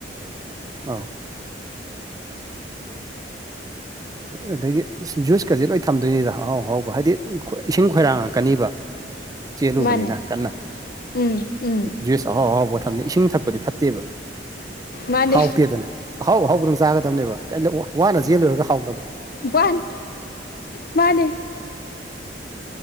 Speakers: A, on the right; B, on the left.
A: ꯑꯥꯎ ꯑꯗꯒꯤ ꯖꯨꯁꯀꯖꯦ ꯂꯣꯏ ꯊꯝꯗꯣꯏꯅꯤꯗ ꯑꯍꯥꯎ ꯑꯍꯥꯎꯕ ꯍꯥꯏꯗꯤ ꯏꯁꯤꯡ ꯈꯣꯏꯔꯥꯡꯉꯛꯀꯅꯤꯕ ꯆꯦꯜꯂꯨꯕꯅꯤꯅ
B: ꯃꯥꯅꯦ
A: ꯀꯟꯅ
B: ꯎꯝ ꯎꯝ
A: ꯖꯨꯏꯁ ꯑꯍꯥꯎ ꯑꯍꯥꯎꯕ ꯊꯝꯅꯤ ꯏꯁꯤꯡ ꯊꯛꯄꯗꯤ ꯐꯠꯇꯦꯕ
B: ꯃꯥꯅꯦ
A: ꯍꯥꯎꯇꯦꯗꯅ ꯑꯍꯥꯎ ꯑꯍꯥꯎꯕꯗꯪ ꯆꯥꯒꯗꯕꯅꯦꯕ ꯀꯩꯅꯣ ꯋꯥ ꯋꯥꯅ ꯆꯦꯜꯂꯣꯔꯒ ꯍꯥꯎ
B: ꯕꯥꯟ ꯃꯥꯅꯤ